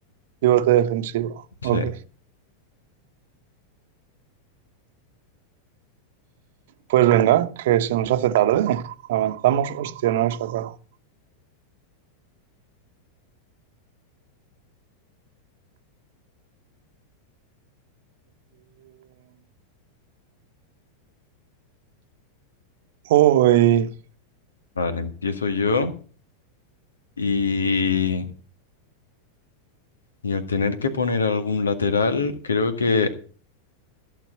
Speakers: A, on the right; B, on the left.
A: pivote defensivo.
B: Sí,
A: Ok, pues venga, que se nos hace tarde. Avanzamos, hostia, no he sacado. Uy,
B: vale, empiezo yo y, y al tener que poner algún lateral, creo que